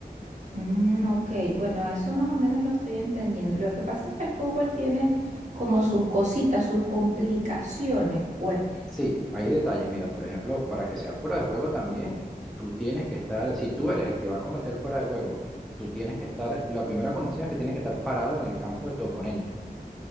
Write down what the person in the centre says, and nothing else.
Sí, hay detalles. Mira, por ejemplo, para que sea fuera de juego también, tú tienes que estar, si tú eres el que va a cometer fuera de juego, tú tienes que estar, la primera condición es que tienes que estar parado en el campo de tu oponente.